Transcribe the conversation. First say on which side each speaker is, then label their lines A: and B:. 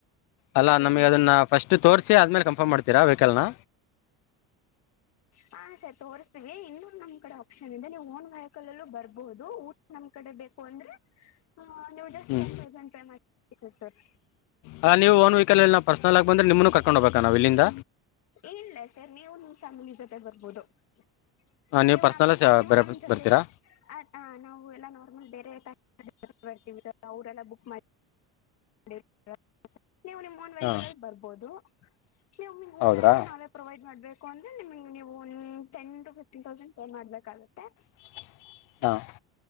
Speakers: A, on the left; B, on the left.
A: ಅಲ್ಲ
B: ಸರ್
A: ನಮ್ಗೆ
B: ನೀವು
A: ಅದನ್ನ ಫಸ್ಟ್ ತೋರ್ಸಿ ಆದ್ಮೇಲೆ ಕನ್ಫರ್ಮ್ತೀರಾ ವೆಹಿಕಲ್ನನಾ.
B: ಹಾ ಸರಿ ತೋರ್ಸ್ತೀವಿ ಇನ್ನೊಂದು ನಮ್ ಕಡೆ ಆಪ್ಷನ್ ಇದೆ ನೀವು್ ಓನ್ ವಯಕಲ್ಲಲ್ಲೂ ಬರ್ಬಹುದು ಊ ನಮ್ಮ ಕಡೆ ಬೇಕು ಅಂದ್ರೆ ನೀವು just
A: hmm
B: ten thousand pay ಮಾಡತವಿ ಸರ್
A: ಹ ನೀವು ಒನ್ ವಹಿಕಲ್ ನ ಪರ್ಸನಲ್ ಆಗ ಬಂದ್ರೆ ನಿಮೂನು ಕರ್ಕೊಂಡ ಹೋಗಬೇಕಕ್ ನವು ಇಲ್ಲಿಂದ
B: ಇಲ್ಲ ಸರ್ ನೀವು ನಿಮ್ ಫ್ಯಾಮಿಲಿ ಜೊತೆ ಬರ್ಬೋದು <unintelligible>
A: ನೀವು
B: ನೀವು್
A: ಪರ್ಸನಲ್
B: ನಾವ್ೆಲ್ಲ ಹೋಗ್ತಿೀವೋ
A: ಬರ
B: ನಮ್ ಜೊತೆಗೆ
A: ಬರ್ತೀರಾ
B: ಅದ ನಾವು ಎಲ್ಲಾ ನಾರ್ಮಲ್ ಬೇರೆ ಬರ್ತವಿ ಸರ್ ಅವ್ರಲ್ಲಾ ಬುಕ್ ಮಾಡ <unintelligible> ನೀವು ನಿಮಾ ಒನ್ ವೆಹಕಲ್
A: ಹಾ
B: ಅಲ್ಲಿ ಬರ್ಬೋದು ನೀವು ನಿಮ್ ಊಟ
A: ಹೌದ್ರಾ
B: ಎಲ್ಲ ನಾವೇ ಪ್ರೊವೈಡ್ ಮಾಡ್ಬೇಕು ಅಂದ್ರೆ ನಿಮಗೆ ನೀವು ನಿಮ್ಫ್ರೆಂಡ್ ಒ ten to fifteen thousand pay ಮಾಡ್ಬೇಕಾಗುತ್ತೆ
A: <unintelligible> ಹಾ